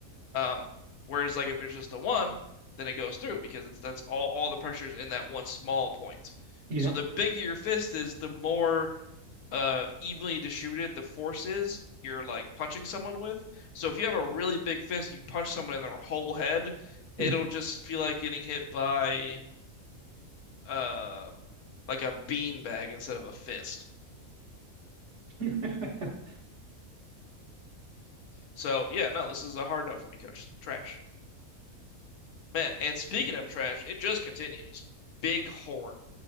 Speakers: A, on the left; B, on the right.
A: Um, whereas like if it's just the one, then it goes through because it's that's all all the pressure's in that one small point.
B: Mm-hmm.
A: So the bigger your fist is, the more uh evenly distributed the forces you're like punching someone with. So if you have a really big fist, you punch someone in their whole head, it'll
B: Yeah.
A: just feel like getting hit by uh like a beanbag instead of a fist.
B: <laughs>
A: So yeah, no, this is a hard note for me, coach. Trash. Man, and speaking of trash, it just continues. Big horn.